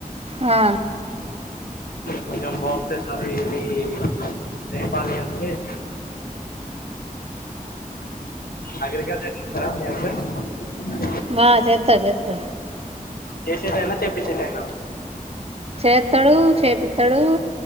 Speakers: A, on the right; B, on the left.
A: అ ఆ
B: కొంచెం బాగుంటే చాలు <unintelligible> <unintelligible> <unintelligible> అగ్రికల్చర్ <unintelligible>
A: హా చెత్త చేత్త
B: చేసేదైనా తెప్పించేదైనా
A: చెత్తడు ఎతాడు